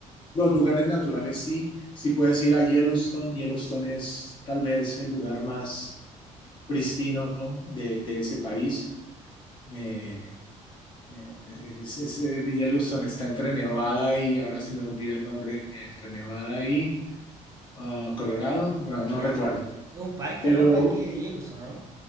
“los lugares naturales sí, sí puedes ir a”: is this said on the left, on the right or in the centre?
Left